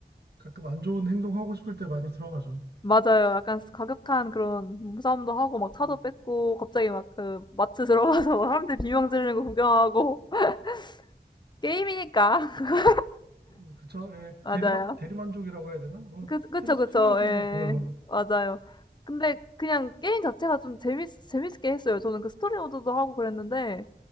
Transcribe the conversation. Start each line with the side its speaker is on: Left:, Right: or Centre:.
Right: 가끔 안 좋은 행동 하고 싶을 때 많이 들어가죠.
Left: 맞아요. 약간 과격한 그런 몸싸움도 하고 막 차도
Right: 네.
Left: 뺏고 갑자기 막 그 마트 들어가서 막 사람들 비명 지르는 거 구경하고 <laughs> 게임이니까. <laughs>
Right: 음, 그쵸? 예,
Left: 맞아요.
Right: 대리만 대리만족이라고 해야 되나? 뭐
Left: 그
Right: 스트레스
Left: 그쵸, 그쵸.
Right: 풀어야죠,
Left: 예.
Right: 뭐 그걸로.
Left: 맞아요. 근데 그냥 게임 자체가 좀 재밌 재밌게 했어요. 저는 그 스토리 모드도 하고 그랬는데